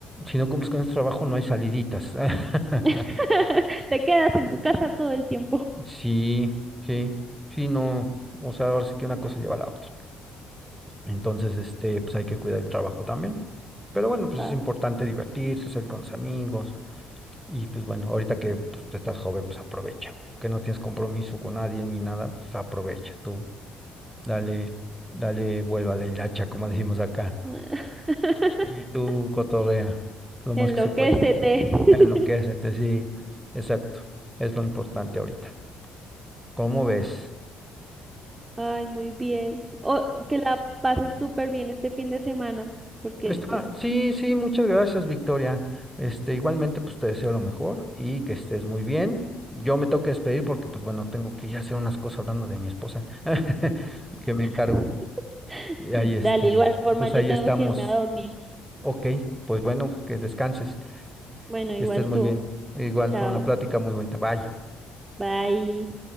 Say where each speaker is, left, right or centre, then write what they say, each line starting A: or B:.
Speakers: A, in the centre; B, on the right (about 20°).
A: si no cumples con ese trabajo no hay saliditas. <laughs>
B: <laughs> Te quedas en tu casa todo el tiempo.
A: Sí, sí, sí, no, o sea, ahora sí que una cosa lleva a la otra. Entonces, este, pues hay que cuidar el trabajo también. Pero bueno, pues
B: Ah.
A: es importante divertirse, salir con los amigos. Y pues bueno, ahorita que pues, tú estás joven, pues aprovecha. Que no tienes compromiso con nadie ni nada, pues aprovecha. Tú dale, dale, vuelva a la hilacha, como <laughs> decimos acá.
B: <laughs>
A: Y tú cotorrea lo más
B: Enloquécete.
A: que se pueda.
B: <laughs>
A: Enloquécete, sí, exacto. Es lo importante ahorita. ¿Cómo ves?
B: Ay, muy bien. O, que la pases súper bien este fin de semana, porque
A: Está,
B: pues,
A: sí, sí, muchas gracias, Victoria. Este, igualmente, pues te deseo lo mejor y que estés muy bien. Yo me tengo que despedir porque, pues bueno, tengo que ir a hacer unas cosas hablando de mi esposa, <laughs> que me encargo.
B: <laughs>
A: Y ahí,
B: dale,
A: este,
B: igual forma
A: pues
B: yo
A: ahí
B: tengo
A: estamos.
B: que irme a dormir.
A: Ok, pues bueno, que descanses,
B: Bueno,
A: que
B: igual
A: estés muy
B: tú.
A: bien. Igual
B: Chao.
A: fue una plática muy buena. Bye.
B: Bye.